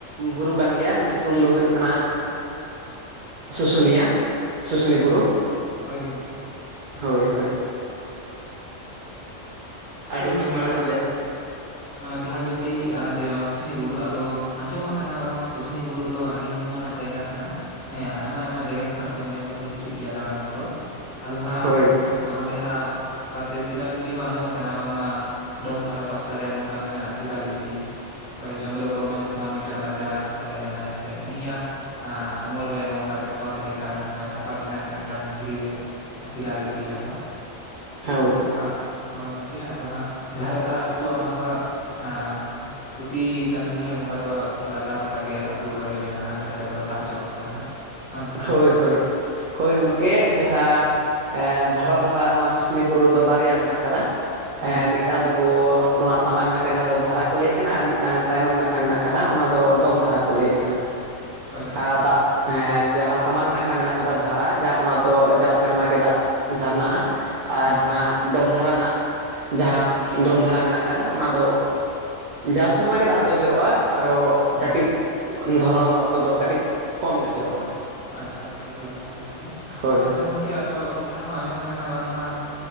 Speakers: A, on the right (about 60°); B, on the left (about 80°).
A: ᱵᱩᱨᱩ ᱠᱟᱱ ᱜᱮᱭᱟ ᱧᱩᱛᱩᱢ ᱫᱚ ᱦᱩᱭᱩᱜ ᱠᱟᱱᱟ ᱥᱩᱥᱩᱱᱤᱭᱟ ᱥᱩᱥᱩᱱᱤ ᱵᱩᱨᱩ
B: ᱟᱪᱪᱷᱟ ᱦᱳᱭ ᱜᱚᱝᱠᱮ
A: ᱦᱳᱭ ᱦᱳᱭ ᱟᱹᱰᱤ
B: ᱦᱳᱭ ᱜᱚᱢᱠᱮ
A: ᱧᱩᱢᱟᱱᱟᱜ
B: ᱟᱫᱚ
A: ᱡᱮ
B: ᱡᱟᱦᱟᱸ ᱵᱤᱱ ᱞᱟᱹᱭ ᱠᱮᱜᱼᱟ ᱡᱮ ᱱᱚᱜᱼᱚᱭ ᱥᱩᱥᱩᱱᱤ ᱵᱩᱨᱩ ᱟᱫᱚ ᱟᱸᱡᱚᱢ ᱟᱠᱟᱱᱟ ᱵᱟᱝᱢᱟ ᱥᱩᱥᱱᱤ ᱵᱩᱨᱩ ᱫᱚ ᱟᱹᱰᱤ ᱧᱩᱢᱟᱱᱟᱜ ᱡᱟᱭᱜᱟ ᱠᱟᱱᱟ ᱾ ᱦᱮᱸ ᱟᱭᱢᱟ ᱟᱭᱢᱟ ᱡᱟᱭᱜᱟ ᱠᱷᱚᱱᱟᱜ ᱠᱚ ᱧᱮᱧᱮᱞ ᱫᱚᱠᱚ ᱦᱤᱡᱩᱜ ᱜᱮᱭᱟ ᱫᱟᱬᱟᱱ ᱠᱚᱫᱚ ᱾ ᱟᱫᱚ ᱦᱟᱸᱜ
A: ᱦᱳᱭ ᱜᱚᱢᱠᱮ
B: ᱚᱸᱰᱮ ᱦᱟᱸᱜ ᱥᱟᱶᱛᱮ ᱥᱤᱞᱟ ᱞᱤᱯᱤ ᱦᱚᱸ ᱟᱸᱡᱚᱢ ᱟᱠᱟᱼᱼ ᱠᱟᱱᱟ ᱵᱟᱝᱢᱟ ᱰᱚᱢ ᱫᱷᱟᱨᱟ ᱯᱟᱥᱴᱟ ᱨᱮ ᱱᱚᱝᱠᱟ ᱢᱮᱱᱟᱜᱼᱟ ᱥᱤᱞᱟ ᱞᱤᱯᱤ ᱦᱳᱭ ᱪᱚᱱᱫᱨᱚ ᱵᱚᱨᱢᱟ ᱧᱩᱛᱩᱢᱟᱱ ᱢᱤᱫᱴᱟᱝ ᱨᱟᱡᱟ ᱛᱟᱦᱮᱸ ᱞᱮᱱᱟᱭ ᱥᱮ ᱩᱱᱤᱭᱟᱜ ᱟᱢᱚᱞ ᱨᱮ ᱱᱚᱝᱠᱟ ᱪᱷᱟᱯᱟ ᱛᱟᱦᱮᱸ ᱠᱟᱱ ᱪᱷᱟᱯᱟ ᱢᱮᱱᱟᱜ ᱢᱤᱫᱴᱟᱝ ᱫᱷᱤᱨᱤ ᱨᱮ ᱾ ᱥᱤᱞᱟ ᱞᱤᱯᱤ ᱡᱟᱦᱟᱸᱫᱚ
A: ᱦᱳᱭ
B: ᱟᱫᱚ ᱦᱟᱸᱜ ᱦᱳᱭ ᱜᱚᱝᱠᱮ ᱟᱫᱚ ᱦᱟᱸᱜ ᱡᱟᱦᱟᱸ ᱨᱮ ᱫᱟᱜ ᱟᱹᱛᱩᱜᱟ ᱚᱱᱟ ᱫᱚ ᱦᱟᱸᱜ ᱮᱸ ᱯᱨᱚᱛᱤ ᱪᱟᱸᱫᱳ ᱜᱮ ᱦᱟᱸᱜ ᱱᱚᱝᱠᱟ ᱫᱚ ᱞᱟᱜᱟᱛᱟᱨ ᱱᱚᱝᱠᱟ ᱜᱮ ᱟᱹᱛᱩ ᱚᱠᱟ ᱜᱮ ᱢᱮᱱᱟᱜᱼᱟ ᱡᱟᱦᱟᱸ ᱨᱮᱫᱚ ᱫᱟᱜ ᱡᱚᱨᱚᱜ ᱠᱟᱱᱟ ᱦᱟᱸᱜ ᱦᱮᱸ ᱜᱚᱝᱠᱮ
A: ᱦᱳᱭ ᱦᱳᱭ ᱦᱳᱭ ᱜᱚᱢᱠᱮ ᱡᱟᱦᱟᱸ ᱫᱷᱟᱨᱟ ᱫᱚ ᱦᱟᱸᱜ ᱱᱚᱣᱟ ᱥᱩᱥᱱᱤ ᱵᱩᱨᱩ ᱨᱮᱫᱚ ᱵᱟᱨᱭᱟ ᱢᱮᱱᱟᱜ ᱟᱠᱟᱫᱟ ᱾
B: ᱦᱩᱸ
A: ᱮᱸᱻ ᱢᱤᱫᱴᱟᱝ ᱫᱚ
B: <inaudible>
A: ᱱᱚᱣᱟ ᱥᱟᱢᱟᱝ ᱱᱟᱠᱷᱟ ᱡᱟᱦᱟᱸ ᱫᱚ ᱫᱷᱟᱨᱟ ᱠᱚ ᱞᱟᱹᱭᱮᱫ ᱠᱟᱱᱟ ᱟᱨ ᱢᱤᱫᱴᱟᱝ ᱛᱟᱭᱱᱚᱢ ᱱᱟᱠᱷᱟ ᱢᱮᱱᱟᱜ ᱟᱠᱟᱫᱟ ᱚᱱᱟ ᱫᱚ ᱰᱚᱢ ᱫᱷᱟᱨᱟ ᱠᱚ ᱞᱟᱹᱭᱮᱫ ᱠᱟᱱᱟ ᱾
B: ᱦᱳᱭ ᱜᱚᱝᱠᱮ
A: ᱟᱨ
B: ᱮᱠᱫᱚᱢ
A: ᱫᱟᱜ ᱦᱮᱸ ᱡᱟᱦᱟᱸ ᱥᱟᱢᱟᱝ ᱱᱟᱠᱷᱟ ᱢᱮᱱᱟᱜ ᱠᱟᱫᱟ ᱫᱷᱟᱨᱟ ᱡᱟᱦᱟᱸ ᱚᱱᱟ ᱫᱚ ᱡᱟᱣ ᱥᱮᱨᱢᱟ ᱜᱮ ᱫᱟᱜ ᱡᱷᱟᱨᱱᱟᱼᱟ᱾
B: ᱦᱩᱸ
A: ᱟᱨ ᱦᱟᱱᱟ
B: ᱦᱩᱸ
A: ᱰᱚᱢ ᱫᱷᱟᱨᱟ ᱱᱟᱜ ᱡᱟᱦᱟᱸ ᱰᱚᱢ ᱫᱷᱟᱨᱟ ᱢᱮᱱᱟᱜ ᱠᱟᱫᱟ ᱚᱱᱟ ᱫᱚ ᱡᱟᱣ ᱥᱮᱨᱢᱟ ᱜᱮ ᱫᱟᱜ ᱫᱚ ᱡᱚᱨᱚᱜᱼᱟ, ᱟᱫᱚ
B: ᱦᱩᱸ
A: ᱠᱟᱹᱴᱤᱡ ᱫᱷᱚᱨᱚᱱ ᱚᱠᱛᱚ ᱫᱚ ᱠᱟᱹᱴᱤᱡ ᱠᱚᱢ ᱧᱚᱜ ᱡᱚᱨᱚᱜᱼᱟ᱾
B: ᱟᱪᱪᱷᱟ ᱜᱚᱝᱠᱮ ᱦᱳᱭ ᱵᱷᱟᱹᱜᱤ ᱠᱟᱛᱷᱟ,
A: ᱦᱳᱭ
B: ᱟᱪᱪᱷᱟ
A: ᱦᱳᱭ
B: ᱜᱚᱝᱠᱮ ᱟᱫᱚ ᱠᱟᱛᱷᱟ ᱨᱮᱦᱚᱸ ᱟᱸᱡᱚᱢ ᱠᱟᱱᱟ ᱵᱟᱝᱢᱟ